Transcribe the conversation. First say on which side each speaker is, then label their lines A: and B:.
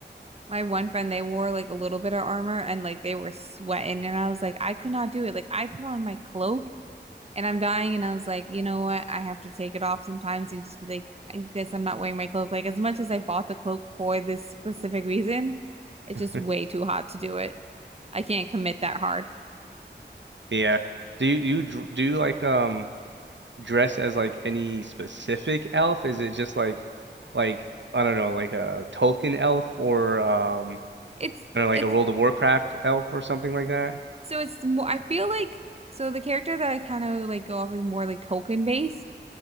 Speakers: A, on the right; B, on the right.
A: My one friend, they wore like a little bit of armor and like they were sweating and I was like, I could not do it. Like I put on my cloak and I'm dying and I was like, you know what? I have to take it off sometimes and just be like, I guess I'm not wearing my cloak. Like as much as I bought the cloak for this specific reason, it's
B: <laughs>
A: just way too hot to do it. I can't commit that hard.
B: Yeah. Do you, you dr- do you like um dress as like any specific elf? Is it just like like I don't know like a Tolkien elf or um,
A: It's
B: Kind of like
A: it's
B: a World of Warcraft elf or something like that.
A: So it's more, I feel like, so the character that I kind of like go off is more like Tolkien based.